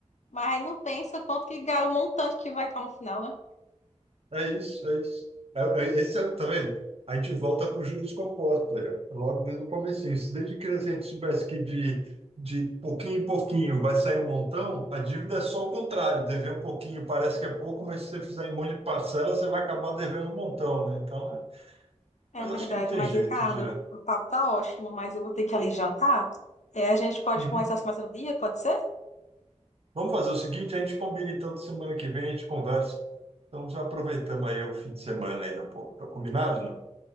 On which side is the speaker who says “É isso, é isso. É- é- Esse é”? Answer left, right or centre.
Right